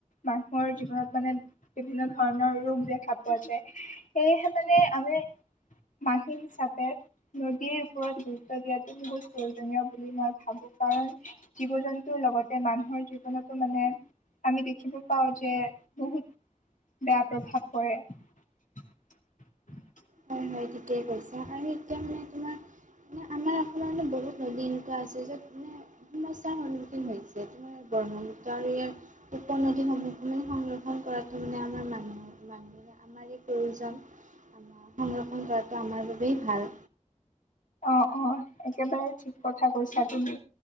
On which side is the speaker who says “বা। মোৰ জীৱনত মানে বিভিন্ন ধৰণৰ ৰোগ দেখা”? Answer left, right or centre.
Left